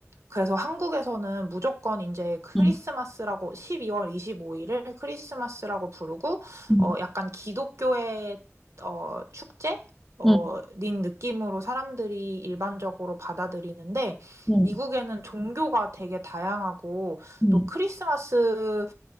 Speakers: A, on the right; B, in the centre.
A: 그래서 한국에서는 무조건 이제 크리스마스라고
B: 응,
A: 12월 25 일을 크리스마스라고 부르고
B: 응,
A: 어 약간 기독교의 어 축제 어
B: 응,
A: 인 느낌으로 사람들이 일반적으로 받아들이는데
B: 응,
A: 미국에는 종교가 되게 다양하고
B: 응,
A: 또 크리스마스